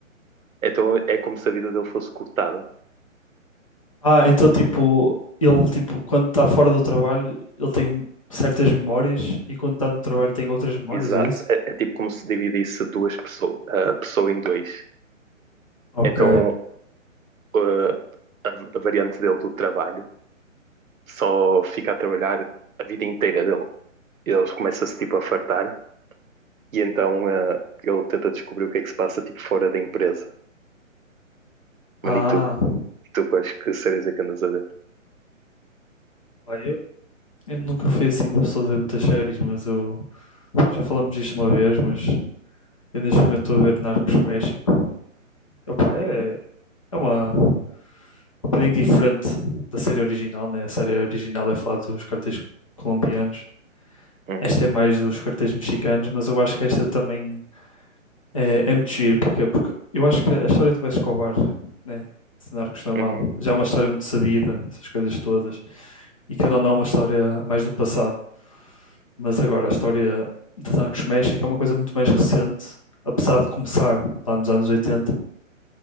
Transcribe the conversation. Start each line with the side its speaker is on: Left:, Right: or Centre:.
Right: Então é como se a vida dele fosse cortada.
Left: Ah, então tipo, ele tipo, quando está fora do trabalho, ele tem certas memórias e quando está no trabalho tem outras memórias,
Right: Exato.
Left: é isso?
Right: É, é tipo como se dividisse duas pessoas, a pessoa em dois.
Left: Ok.
Right: Então eh, a, a variante dele do trabalho só fica a trabalhar a vida inteira dele. E eles começam-se tipo a fartar e então eh, ele tenta descobrir o que é que se passa tipo fora da empresa. Mano,
Left: Ah,
Right: e tu? E tu quais que séries é que andas a ver?
Left: pá, eu, eu nunca fui assim uma pessoa de ver muitas séries, mas eu pá, já falamos disto uma vez, mas eu neste momento estou a ver Narcos México. Epá, é,
Right: Uhum,
Left: é uma um bocadinho diferente da série original, né? A série original é falar dos cartéis colombianos.
Right: uhum,
Left: Esta é mais dos cartéis mexicanos, mas eu acho que esta também é, é muito giro. Porquê? Porque eu acho que a história do Pablo Escobar, né, de Narcos normal,
Right: uhum.
Left: já é uma história muito sabida, essas coisas todas, e que não é uma história mais do passado. Mas agora, a história de Narcos México é uma coisa muito mais recente, apesar de começar lá nos anos 80,